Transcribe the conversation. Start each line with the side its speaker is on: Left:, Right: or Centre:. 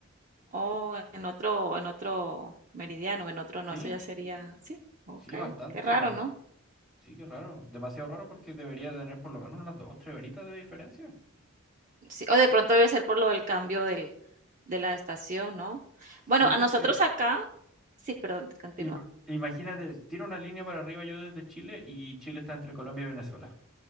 Right: o en otro en otro meridiano, en otro no,
Centre: Sí,
Right: eso ya sería sí, okey,
Centre: sí, bastante,
Right: qué raro,
Centre: bastante.
Right: ¿no?
Centre: Sí, qué raro. Demasiado raro porque debería tener por lo menos unas dos, tres horitas de diferencia.
Right: Sí, o de pronto debe ser por lo del cambio del de la estación, ¿no?
Centre: Sí,
Right: Bueno,
Centre: porque
Right: a nosotros acá sí, perdón, continúa.
Centre: y por- imagínate, tiro una línea para arriba yo desde Chile y Chile está entre Colombia y Venezuela.